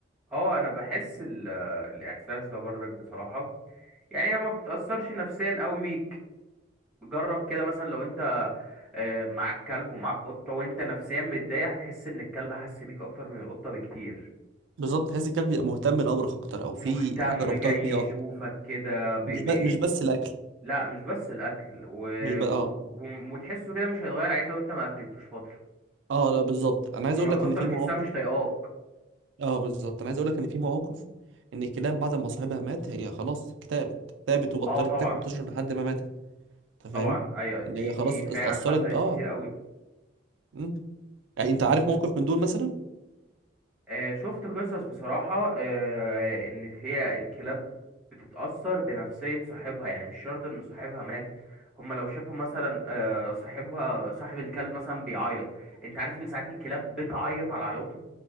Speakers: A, in the centre; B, on the right.
A: اه انا بحس ال- الاحساس ده برضك بصراحه يعني هي ما بتتاثرش نفسيا قوي بيك جرب كده مثلا لو انت آه، معاك كلب ومعاك قطه وانت نفسيا متضايق هتحس ان الكلب حس بيك اكتر من القطه بكتير
B: بالظبط تحس الكلب يبقى مهتم لامرك اكتر او في
A: مهتم
B: حاجه ربطاك
A: جاي يشوفك
B: بيه اكتر
A: كده بي
B: مش
A: بي
B: ب... مش بس الاكل
A: لا مش بس الاكل و...
B: مش بقى
A: و...
B: اه
A: وتحسه كده مش هيتغير عليك لو انت ما اكلتوش فتره
B: اه لا بالظبط انا عايز
A: انما
B: اقول
A: القطه
B: لك ان في
A: بتحسها
B: مواقف
A: مش طايقاك
B: اه بالظبط انا عايز اقول لك ان في مواقف ان الكلاب بعد ما صاحبها مات هي خلاص اكتئبت اكتئبت وبطلت
A: اه طبعا
B: تاكل وتشرب لحد ما ماتت انت
A: طبعا
B: فاهم
A: ايوه دي
B: ان هي
A: دي
B: خلاص
A: فعلا
B: اتأثرت
A: حصلت
B: اه
A: كتير قوي
B: مم. يعني انت عارف موقف من دول مثلا
A: آه، شفت قصص بصراحة آه، إن هي الكلاب بتتأثر بنفسية صاحبها يعني مش شرط إن صاحبها مات هما لو شافوا مثلا آه، صاحبها صاحب الكلب مثلا بيعيط أنت عارف إن ساعات الكلاب بتعيط على عياطه